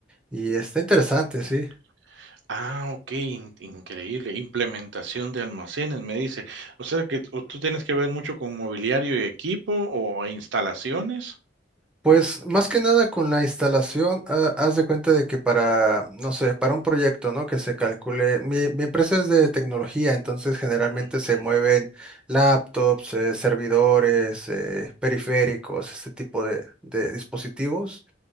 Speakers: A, in the centre; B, on the right (about 80°).
A: Y está interesante,
B: Ujú.
A: sí.
B: Ah, ok, in- increíble. Implementación de almacenes, me dice. O sea que o tú tienes que ver mucho con mobiliario y equipo o instalaciones.
A: Pues más que nada con la instalación, ha- haz de cuenta de que para, no sé, para un proyecto, ¿no? Que se calcule, mi, mi empresa es de tecnología, entonces generalmente
B: Ujú,
A: se
B: ujú.
A: mueven laptops, eh, servidores, eh, periféricos, este tipo de, de dispositivos,